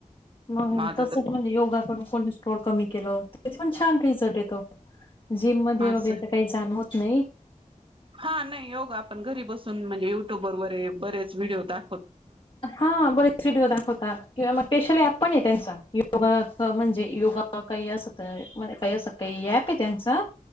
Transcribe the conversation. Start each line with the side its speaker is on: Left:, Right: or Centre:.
Left: मग,
Right: माझं
Left: तसच
Right: तर
Left: म्हणजे योगा करून- कोलेस्ट्रोल कमी केलं. तरीपण छान रिझल्ट येतो. जिम मध्ये
Right: असं
Left: वगैरे तर काही जाण होत - नाही?
Right: हा, नाही योगा आपण घरी बसून- पण म्हणजे युट्यूबर वरे- बरेच व्हिडिओ होता.
Left: हा. बरेच व्हिडिओ दाखवतात. किंवा मग स्पेशल ऍप पण आहे त्यांचा. योगा म्हणजे योगा काही असं तर काही असं काही ऍप आहे त्यांचा-